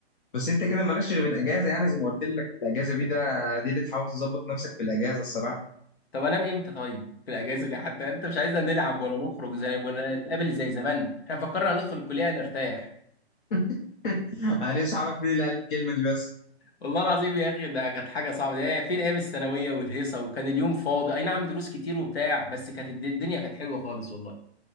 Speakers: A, on the left; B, on the left.
A: بس انت كده مالكش غير الاجازه يعني زي ما قلت لك الاجازه دي ده دي اللي تحاول تظبط نفسك في الاجازه الصراحه
B: طب انام امتى طيب في الاجازه دي حتى انت مش عايزنا نلعب ولا نخرج زي ولا نتقابل زي زمان احنا فكرنا هندخل الكليه نرتاح
A: <laughs> انا نفسي اعرف مين اللي قال الكلمه دي بس
B: والله العظيم يا اخي ده كانت حاجه صعبه ده فين ايام الثانويه والهيصه وكان اليوم فاضي اي نعم دروس كتير وبتاع بس كانت الد- الدنيا كانت حلوه خالص والله